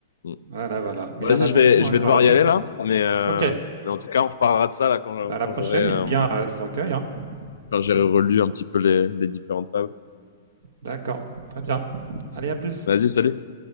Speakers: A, on the left; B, on the right.
A: Mm.
B: voilà, voilà. Mais
A: Vas-y,
B: il y en a
A: je
B: beaucoup,
A: vais, je
B: hein,
A: vais
B: je
A: devoir
B: me rappelle
A: y aller
B: qu'il
A: là,
B: y en a beaucoup.
A: mais, euh,
B: Ok,
A: mais en tout cas, on reparlera de ça là quand,
B: bah, à la
A: quand
B: prochaine
A: j'aurai euh,
B: et lis bien euh, ce recueil. hein.
A: quand j'aurai
B: Hmm.
A: relu un petit peu les, les différentes tables
B: D'accord, très bien. Allez, à plus.
A: Vas-y, salut.